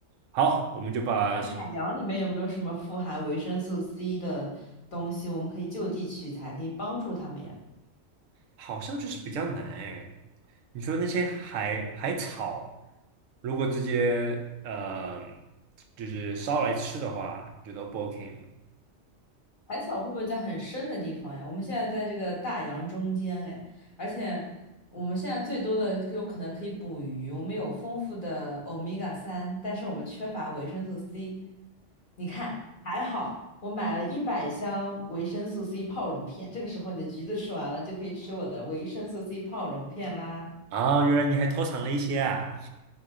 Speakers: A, on the right (about 85°); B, on the left (about 45°).
A: 好，我们就把，
B: 在海洋里面有没有什么富含维生素 C 的东西，我们可以就地取材，可以帮助他们呀？
A: 好像就是比较难哎。你说那些海海草，如果直接呃，就是烧来吃的话，你觉得 O 不 OK 的
B: 海草会不会在很深的地方呀？我们现在在这个大洋中间，哎，而且我们现在最多的就可能可以捕鱼，我们有丰富的欧米伽三，但是我们缺乏维生素 C。你看，还好我买了一百箱维生素 C 泡溶片，这个时候你的橘子吃完了，就可以吃我的维生素 C 泡溶片啦。
A: 啊，原来你还偷藏了一些啊。